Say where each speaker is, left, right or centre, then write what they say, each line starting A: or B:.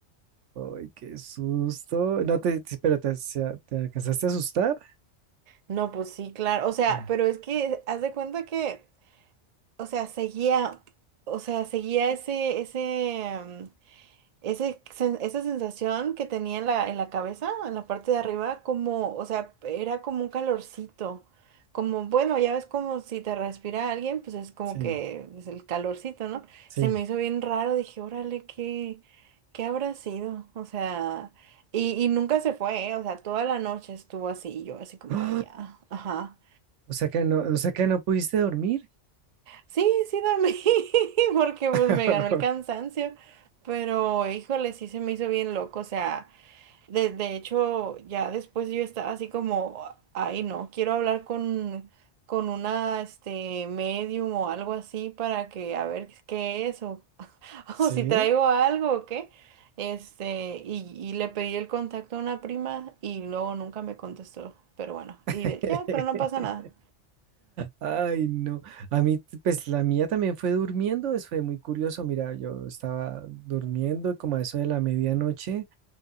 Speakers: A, on the right; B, on the right.
A: Ay, qué susto. No te, sí, pero te, se- te alcanzaste a asustar.
B: No, pues sí, claro. O sea,
A: Mm.
B: pero es que haz de cuenta que, o sea, seguía, o sea, seguía ese, ese, mm, Ese sen- esa sensación que tenía en la, en la cabeza, en la parte de arriba, como, o sea, era como un calorcito. Como, bueno, ya ves como si te respira alguien, pues es como
A: Sí,
B: que es el calorcito, ¿no?
A: sí.
B: Se me hizo bien raro, dije, órale, ¿qué, qué habrá sido? O sea, y, y nunca se fue, ¿eh? O sea, toda la noche estuvo así, y yo así como,
A: ¡Ah!
B: ay, ya, ajá.
A: O sea que no, o sea que no pudiste dormir.
B: Sí, sí dormí, <laughs> porque pues
A: <laughs>
B: me ganó el cansancio, pero híjole, sí se me hizo bien loco, o sea. De, de hecho, ya después yo estaba así como, ay no, quiero hablar con, con una, este, medium o algo así para que a ver qué es o, <laughs>
A: Sí.
B: o si traigo algo o qué. Este, y, y le pedí el contacto a una prima y luego nunca me contestó, pero bueno,
A: <laughs>
B: y de- ya, pero no pasa nada.
A: Ay, no. A mí, pues la mía también fue durmiendo. Eso fue muy curioso. Mira, yo estaba durmiendo y como a eso de la medianoche.